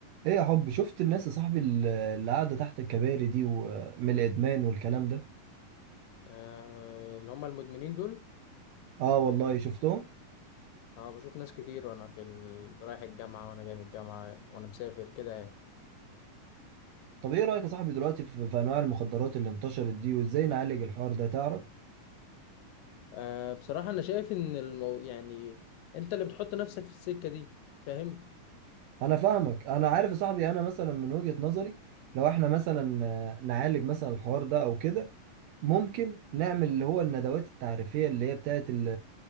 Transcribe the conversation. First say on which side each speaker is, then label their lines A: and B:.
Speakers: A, on the right; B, on the left.
A: ايه يا حب شفت الناس يا صاحبي ال- اللي قاعده تحت الكباري دي ومن الادمان والكلام ده
B: آه، اللي هم المدمنين دول
A: اه والله شفتهم
B: أه بشوف ناس كتير وأنا في ال... رايح الجامعة وأنا جاي من الجامعة وأنا مسافر كده يعني
A: طب ايه رايك يا صاحبي دلوقتي في, في انواع المخدرات اللي انتشرت دي وازاي نعالج الحوار ده تعرف
B: أه بصراحة أنا شايف إن المو... يعني أنت اللي بتحط نفسك في السكة دي فاهم؟
A: انا فاهمك انا عارف يا صاحبي انا مثلا من وجهه نظري لو احنا مثلا آه، نعالج مثلا الحوار ده او كده ممكن نعمل اللي هو الندوات التعريفيه اللي هي بتاعت ال-